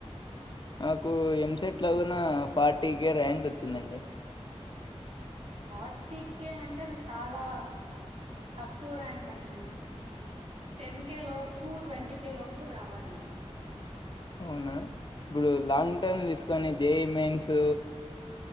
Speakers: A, on the left; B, on the right.
A: నాకు ఎంసెట్ లో గున ఫార్టీ కే ర్యాంక్ వచ్చిందండి.
B: ఫార్టీ కేే అంటే అది చాలా తక్కువ ర్యాంక్ అండి. టెన్ కే లోపు ట్వంటీ కే లోపు రావాలి.
A: అవునా ఇప్పుడు లాంగ్ టర్మ్ తీసుకొని జేఈ మెయిన్స్.